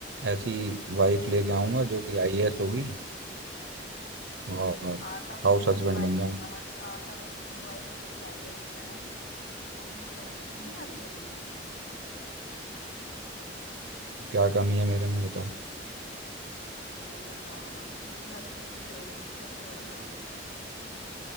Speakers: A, on the right; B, on the left.
A: ऐसी
B: हाँ
A: वाइफ लेके आऊंगा जो कि आईएएस होगी और
B: आता कुछ
A: हाउस
B: नहीं
A: हस्बैंड
B: है वाइफ
A: बन जाऊंगा
B: आता, आता कुछ नहीं है वाइफ चाहिए आईएएस है ना वो फिर तुम्हें तुमसे शादी करेगी
A: क्या कमी है मेरे में बताओ
B: नहीं नहीं बताओ ना वो तुमसे शादी क्यों करेगी पहले तो ये बताओ मुझे